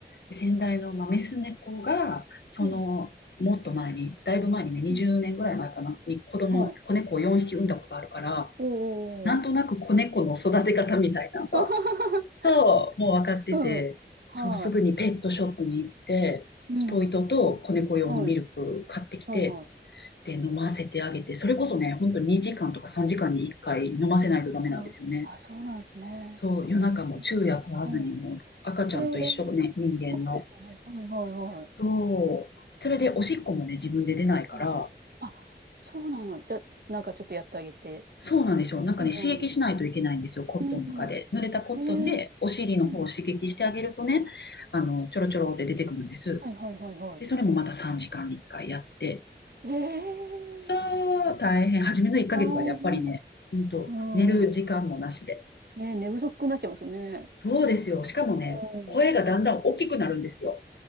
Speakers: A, on the left (about 70°); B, on the right (about 60°).
A: で先代の、まあ、メス猫が、その、
B: うん。
A: もっと前に、だいぶ前にね、20年ぐらい前かな、
B: うん
A: に子供、
B: はい。
A: 子猫を4匹産んだことあるから、
B: おー。
A: なんとなく子猫の育て方みたいなのは、
B: <laughs>
A: と、もう分かってて、
B: うん。はい。
A: そう、すぐにペットショップに行って、
B: うん。
A: スポイトと子猫用のミルク買ってきて、
B: はいうんうんうんうんうんはいおーうんはいうんはいはい。
A: で、飲ませてあげて、それこそね、本当に2時間とか3時間に1回飲ませないとダメなんですよね。
B: うんあ、あ、そうなんですね。
A: そう、夜中も昼夜問わずにもう赤ちゃんと一緒ね、
B: うん。うんえー、
A: 人間の。
B: そうですね。はいはいはい。
A: そう。それでおしっこもね、自分で出ないから、
B: おあ、そうなの。じゃあ、なんかちょっとやってあげて。
A: そうなんですよ。なんかね、
B: うんうん。
A: 刺激しないといけないんですよ。コットンとかで。
B: うんうん。
A: 濡れたコットンでお尻の方を刺激してあげるとね、
B: えー、うん、うん。
A: あの、ちょろちょろって出てくるんです。
B: はいはいはいは
A: で、それもまた3時間に1回やって。
B: い。えー、
A: そう、大変。初めの1ヶ月はやっぱりね、
B: 大変。
A: ほんと、
B: うん。
A: 寝る時間もなしで。
B: ね、寝不足になっちゃいますね。
A: そうですよ。しかもね、
B: うん。
A: 声がだんだん大きくなるんですよ。